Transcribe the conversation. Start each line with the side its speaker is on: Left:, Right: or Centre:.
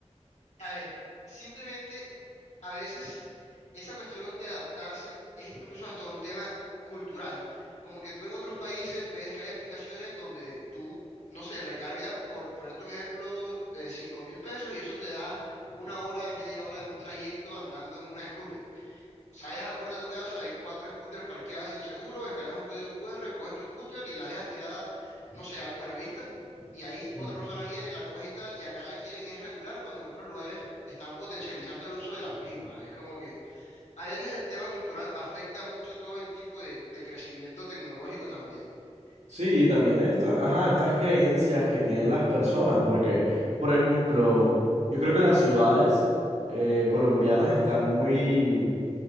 Left: a ver, simplemente a veces esa cuestión de adaptarse es incluso hasta un tema cultural. Como que tú en otros países ves que hay aplicaciones donde tú, no sé, recargas, por ponerte un ejemplo, eh, 5 mil pesos y eso te da una hora, media hora de un trayecto andando en una scooter. Sales a la puerta de tu casa, hay cuatro scooters parqueadas sin seguro, escaneas un código QR, coges tu scooter y la dejas tirada, no sé, al Buenavista, y ahí otra
Right: Mm.
Left: persona viene, la coge y tal, y acá la quieren es regular cuando en otros lugares están potencializando el uso de las mismas. Es como que a veces el tema cultural afecta mucho todo el tipo de, de crecimiento tecnológico también.
Right: Sí, y también esta, ajá, estas creencias que tienen las personas, porque, por ejemplo, yo creo que las ciudades eh, colombianas están muy